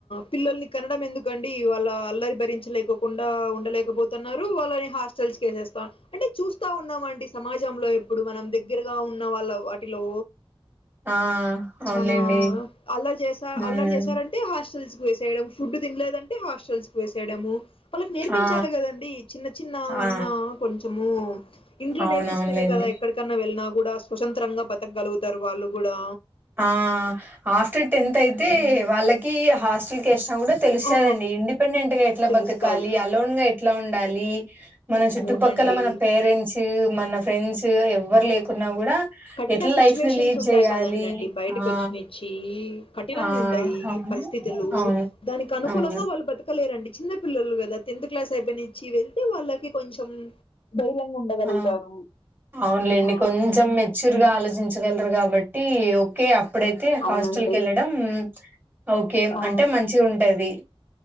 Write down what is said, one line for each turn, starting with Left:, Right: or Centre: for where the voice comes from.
Left: పిల్లల్ని కనడం ఎందుకండి వాళ్ళ అల్లరి భరించలేకోకుండా ఉ లేకపోతున్నారు వాళ్ళని హాస్టల్స్ వసేస్తారు అంటే చూస్త చూస్తున్నాం అండి సమాజంలో ఎప్పుడు మనం దగ్గరగా ఉన్న వాళ్ళ వాటిలో
Right: ఆ అవునులేండి
Left: చానా అల్లర్ చేసార్
Right: ఉమ్
Left: అల్లర్ చేసార్ అంటే హాస్టల్స్ కు వేసేయడం ఫుడ్ తినలేదంటే హాస్టల్స్ కు వేసేయడము వాళ్ళకి నేర్పించాలి
Right: ఆ
Left: కదండి చిన్న చిన్నవన్న
Right: ఆ
Left: కొంచెము ఇంట్లో
Right: అవునవునులేండి
Left: నేర్పిస్తేనే కదా ఎక్కడికన్నా వెళ్ళిన కూడా స్వతంత్రంగా బతకగలుగుతారు వాళ్ళు కూడా
Right: ఆ ఆఫ్టర్ టెన్త్ అయితే
Left: ఉమ్,
Right: వాళ్ళకి హాస్టల్ కి తెలుస్తది
Left: ఆ
Right: అండి ఇండిపెండెంట్ గా ఎట్లా
Left: తెలుస్తాది
Right: బతకాలి
Left: అవును
Right: అలోన్ గా ఎట్లా ఉండాలి మన చుట్టుపక్కల
Left: అవునండి
Right: మన పేరెంట్స్ మన ఫ్రెండ్స్ ఎవ్వరు
Left: ఆ
Right: లేకున్నా కూడా
Left: కఠిన
Right: ఎట్లా
Left: సిచ్యువేషన్స్
Right: లైఫ్ లీడ్
Left: ఉంటాయి
Right: చేయాలి
Left: కదండండి బయటకు
Right: ఆ
Left: వచ్చి నచ్చి కఠినంగా
Right: ఆ
Left: ఉంటాయి
Right: అవును
Left: పరిస్థితులు
Right: అవును
Left: దానికి అను అనుకూలం
Right: అవును
Left: గా వాళ్ళు బత చిన్న పిల్లలు కదా టెన్త్ క్లాస్ అయిపోయినిచ్చి వెళ్తే వాళ్ళకి కొంచెం ధైర్యంగా ఉండగలుగుతారు
Right: ఆ అవునులేండి
Left: ఆ హ్మ్.
Right: కొంచెం మెచ్యూర్ గా ఆలోచించగలరు కాబట్టి ఓకే అ అప్పుడైతే
Left: అవునండి
Right: హాస్టల్ కి వెళ్ళడం ఓకే
Left: ఆ
Right: అంటే మంచి ఉంటది